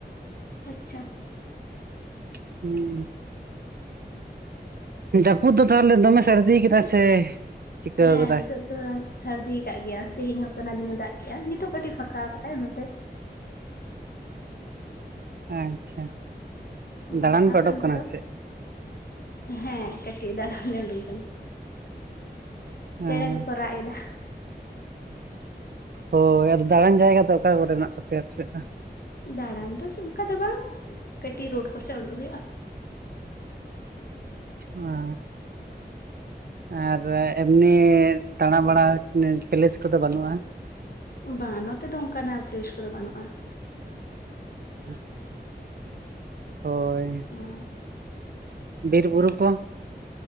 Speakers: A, on the left (about 60°); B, on the right (about 60°).
A: ᱟᱪᱪᱷᱟ᱾
B: ᱦᱮᱸ ᱡᱟᱹᱯᱩᱫ ᱫᱚ ᱛᱟᱦᱚᱞᱮ ᱫᱚᱢᱮ ᱥᱟᱨᱫᱤ ᱟᱠᱟᱫᱟᱭ ᱥᱮ ᱪᱤᱠᱟᱹ
A: ᱦᱮᱸ
B: ᱠᱟᱫᱟᱭ
A: ᱱᱤᱛᱚᱜ ᱥᱟᱹᱨᱫᱤ ᱟᱠᱟᱫ ᱜᱮᱭᱮᱭ ᱛᱮᱦᱮᱧ ᱦᱚᱸ ᱥᱟᱨᱟ ᱫᱤᱱ ᱮ ᱫᱟᱜ ᱠᱮᱜᱟ ᱱᱤᱛᱚᱜ ᱠᱟᱴᱤᱡ ᱯᱷᱟᱸᱠᱟ ᱟᱠᱟ ᱟᱭ ᱚᱱᱟᱛᱮ,
B: ᱟᱪᱪᱷᱟ
A: ᱦᱚᱸ
B: ᱫᱟᱲᱟᱱ
A: ᱟᱯᱮ
B: ᱯᱮ ᱩᱰᱩᱠ
A: ᱚᱱᱛᱮ
B: ᱠᱟᱱᱟ
A: ᱫᱚ
B: ᱥᱮ ᱪᱮᱫ?
A: ᱦᱮᱸ ᱠᱟᱹᱴᱤᱡ ᱫᱟᱬᱟᱱ ᱞᱮ ᱩᱰᱩᱝ ᱠᱟᱱᱟ
B: ᱦᱮᱸ
A: ᱪᱮᱬᱮ ᱠᱚᱠᱚ ᱨᱟᱜ ᱮᱫᱟ,
B: ᱦᱳᱭ ᱟᱫᱚ ᱫᱟᱬᱟᱱ ᱡᱟᱭᱜᱟ ᱫᱚ ᱚᱠᱟ ᱠᱚᱨᱮ ᱢᱮᱱᱟᱜ ᱛᱟᱯᱮᱭᱟ ᱟᱯᱮ ᱥᱮᱫ ᱫᱚ?
A: ᱫᱟᱬᱟᱱ ᱫᱚ ᱚᱱᱠᱟ ᱫᱚ ᱵᱟᱝ ᱠᱟᱹᱴᱤᱡ ᱨᱳᱰ ᱠᱚᱥᱮᱫ ᱩᱰᱩᱜ ᱦᱩᱭᱩᱜ-ᱟ᱾
B: <unintelligible> ᱟᱨ ᱮᱢᱱᱤ ᱫᱟᱬᱟ ᱵᱟᱲᱟ ᱯᱮᱞᱮᱥ ᱠᱚᱫᱚ ᱵᱟᱹᱱᱩᱜ-ᱟ᱾
A: ᱵᱟᱝ ᱱᱚᱛᱮ ᱫᱚ ᱚᱱᱠᱟᱱᱟᱜ ᱯᱮᱞᱮᱥ ᱠᱚᱫᱚ ᱵᱟᱹᱱᱩᱜ-ᱟ᱾
B: <unintelligible> ᱦᱳᱭ ᱾
A: <inaudible>
B: ᱵᱤᱨ ᱵᱩᱨᱩ ᱠᱚ-